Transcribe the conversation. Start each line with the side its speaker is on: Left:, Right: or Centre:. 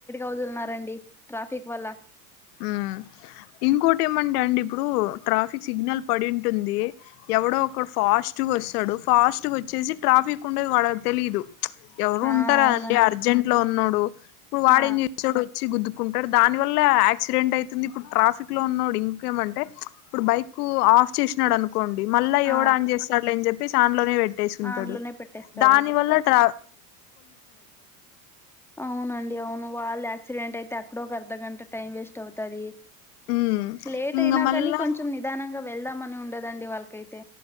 Centre: వదిల్నరండి ట్రాఫిక్ వల్ల
Left: ఉ ఇంకోటి ఏమంటే అండి ఇప్పుడు ట్రాఫిక్ సిగ్నల్ పడింటుంది ఎవడో ఒకడు ఫాస్ట్గా వస్తాడు ఫాస్ట్గా వచ్చేసి ట్రాఫిక్ ఉండే వాళ్ళకి తెలీదు ఎవరు
Centre: ఆ
Left: ఉంటారు
Centre: అవునండి
Left: అండి అర్జెంట్ లో ఉన్న లు ఇప్పుడు వాడేం
Centre: ఆ
Left: చేచాడు వచ్చి గుద్ కుంటాడు దాని వల్ల యాసిడెంట్ అయితుంది ఇప్పుడు ట్రాఫిక్ లో ఉన్నొడు ఏమంటే ఇప్పుడు బైక్ ఆఫ్ చేసినాడు అను కోండి మళ్ళ ఎవడ
Centre: ఆ
Left: అని చేస్తాట్లే అని చెప్పి చాన్లోనే పెట్టేసుకుంటాడు
Centre: ఆ అందులోనే పెట్టేస్తారు
Left: దాని వల్ల ట
Centre: అవునండి అవును వాళ్ళ క్సిడెంట్ అయితే అక్కడ ఒక అర్ధగంట టైం వేస్ట్ అవుతది
Left: ఉమ్
Centre: లేట్
Left: ఇంగ
Centre: అయినా
Left: మళ్ళా
Centre: కానీ కొంచెం నిదానంగా వెళ్దామని ఉండదండి వాళ్ళకైతే